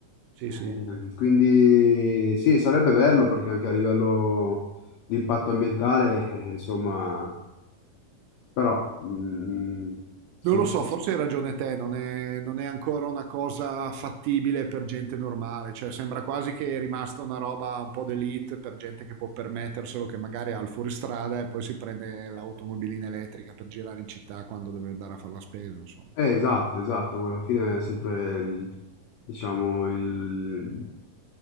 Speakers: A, on the right (about 80°); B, on the left (about 80°).
A: Sì,
B: Ehm,
A: sì.
B: Quindi sì, sarebbe bello perché anche a livello di impatto ambientale, eh, insomma, però mm, so-
A: Non lo so, forse hai ragione te, non è, non è ancora una cosa fattibile per gente normale, cioè sembra quasi che è rimasta una roba un po' d'elite per gente che può permetterselo, che magari ha il fuoristrada e poi si prende l'automobilina elettrica per girare in città quando deve andare a fare la spesa, insomma.
B: eh, esatto, esatto, alla fine è sempre il, diciamo il,